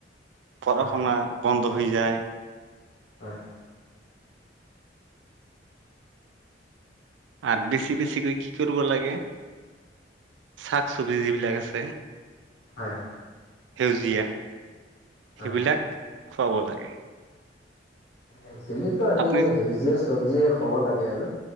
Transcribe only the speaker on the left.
হয়
হয়।
হয়।
হয়
হয়
একচেলিটো আমি
সেউজীয়া চবজিয়ে খুৱাব লাগে আৰু